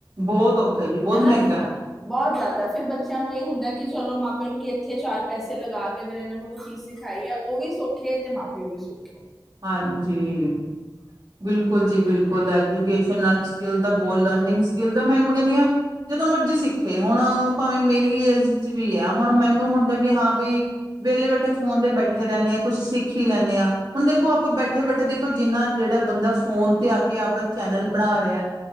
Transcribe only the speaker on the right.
ਬਹੁਤ ਔਖਾ ਜੀ, ਬਹੁਤ
ਮਹਿੰਗਾ
ਹਾਂਜੀ, ਬਿਲਕੁਲ ਜੀ, ਬਿਲਕੁਲ ਏ। ਐਜੂਕੇਸ਼ਨ ਨਾਲ ਸਕਿਲ ਦਾ, ਬੋਲ ਲਰਨਿੰਗ ਸਕਿਲ ਦਾ ਮੈਂ ਕਹਿੰਦੀ ਹਾਂ, ਜਦੋਂ ਮਰਜ਼ੀ ਸਿੱਖੇ ਹੁਣ। ਭਾਵੇਂ ਮੇਰੀ ਏਜ 'ਚ ਵੀ ਹੈ, ਹੁਣ ਮੈਨੂੰ ਹੁੰਦਾ ਕਿ ਹਾਂ ਭਈ ਵਿਹਲੇ ਬੈਠੇ ਫ਼ੋਨ 'ਤੇ ਬੈਠੇ ਰਹਿੰਨੇ, ਕੁਝ ਸਿੱਖ ਹੀ ਲੈਂਨੇ ਹਾਂ। ਹੁਣ ਦੇਖੋ, ਆਪਾਂ ਬੈਠੇ-ਬੈਠੇ ਦੇਖੋ, ਜਿਨ੍ਹਾਂ ਜਿਹੜਾ ਬੰਦਾ ਫ਼ੋਨ ਤੇ ਆ ਕੇ ਆਪਣਾ ਚੈਨਲ ਬਣਾ ਰਿਹਾ